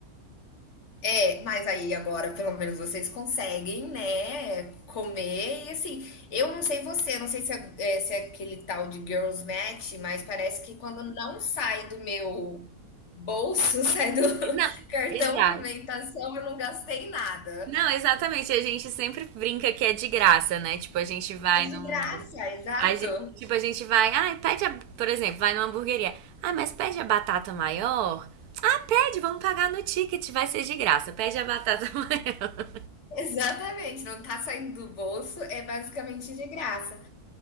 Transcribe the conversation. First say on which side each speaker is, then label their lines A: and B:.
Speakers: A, on the left (about 55°); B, on the right (about 80°).
A: é, mas aí agora pelo menos vocês conseguem, né, comer e assim, eu não sei você, não sei se é, é, se é aquele tal de girls match, mas parece que quando não sai do meu bolso, <laughs> sai do
B: <laughs> Não,
A: cartão
B: exato.
A: alimentação, eu não gastei nada.
B: Não, exatamente. A gente sempre brinca que é de graça, né? Tipo, a gente vai
A: É de
B: num
A: graça, exato.
B: A gente, tipo, a gente vai, ah, pede, a, por exemplo, vai numa hamburgueria. Ah, mas pede a batata maior? Ah, pede, vamos pagar no ticket, vai ser de graça. Pede a batata <laughs> maior.
A: Exatamente, não tá saindo do bolso, é basicamente de graça.